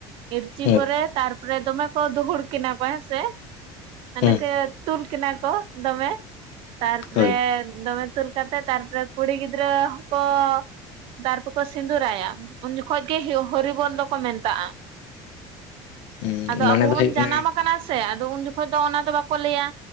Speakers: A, on the right; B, on the left.
A: ᱤᱨᱪᱤ
B: ᱦᱳᱭ
A: ᱯᱚᱨᱮ ᱛᱟᱨᱯᱚᱨᱮ ᱫᱚᱢᱮ ᱠᱚ ᱫᱩᱦᱩᱲ ᱠᱤᱱᱟ ᱠᱚ ᱦᱮᱸᱥᱮ᱾ ᱚᱱᱮ
B: ᱦᱩᱸ
A: ᱠᱚ ᱛᱩᱞ ᱠᱤᱱᱟ ᱠᱚ ᱫᱚᱢᱮ ᱛᱟᱨᱯᱚᱨᱮ
B: ᱦᱳᱭ
A: ᱫᱚᱢᱮ ᱛᱩᱞ ᱠᱟᱛᱮ ᱛᱟᱨᱯᱚᱨᱮ ᱠᱩᱲᱤ ᱜᱤᱫᱽᱨᱟᱹ ᱦᱚᱸ ᱠᱚ ᱫᱟ ᱞᱚᱨᱠᱚ ᱥᱤᱸᱫᱩᱨᱟᱭᱟ ᱩᱱ ᱡᱚᱠᱷᱚᱡ ᱜᱮ ᱦᱮᱸ ᱦᱚᱨᱤᱵᱚᱞ ᱫᱚᱠᱚ ᱢᱮᱛᱟᱜ-ᱟ᱾
B: ᱦᱩᱸ
A: ᱟᱫᱚ
B: ᱢᱟᱱᱮ
A: ᱟᱵᱚ
B: ᱫᱚ
A: ᱵᱚᱱ
B: ᱦᱩᱭᱩᱜ ᱠᱟᱱᱟ
A: ᱡᱟᱱᱟᱢᱠᱟᱱᱟ ᱥᱮ ᱟᱫᱚ ᱩᱱ ᱡᱚᱠᱷᱚᱱ ᱡᱚᱠᱷᱚᱱ ᱫᱚ ᱚᱱᱟ ᱫᱚ ᱵᱟᱠᱚ ᱞᱟᱹᱭᱟ